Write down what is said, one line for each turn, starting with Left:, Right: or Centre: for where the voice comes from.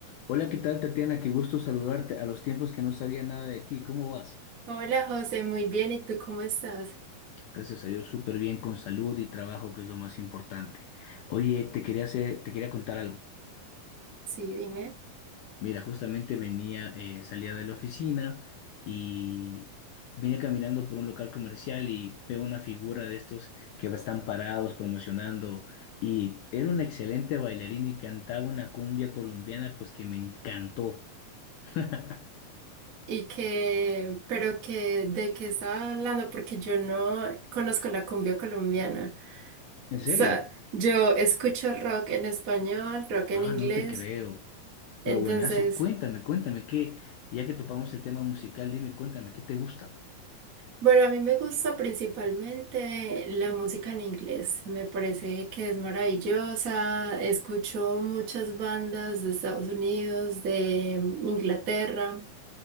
Left: Hola, ¿qué tal, Tatiana? Qué gusto saludarte. A los tiempos que no sabía nada de ti, ¿cómo vas?
Right: Hola José, muy bien. ¿Y tú cómo estás?
Left: Gracias a Dios, súper bien, con salud y trabajo, que es lo más importante. Oye, te quería hacer, te quería contar algo.
Right: Sí, dime.
Left: Mira, justamente venía, eh, salía de la oficina y vine caminando por un local comercial y veo una figura de estos que están parados promocionando y era una excelente bailarina y cantaba una cumbia colombiana, pues que me encantó. <laughs>
Right: ¿Y que, pero que de qué estaba hablando? Porque yo no conozco la cumbia colombiana.
Left: ¿En serio?
Right: O sea, yo escucho rock en español, rock en
Left: Ah,
Right: inglés.
Left: no te creo. Pero
Right: Entonces,
Left: buenazo, cuéntame, cuéntame que ya que topamos el tema musical, dime, cuéntame, ¿qué te gusta?
Right: bueno, a mí me gusta principalmente la música en inglés. Me parece que es maravillosa. Escucho muchas bandas de Estados Unidos, de Inglaterra.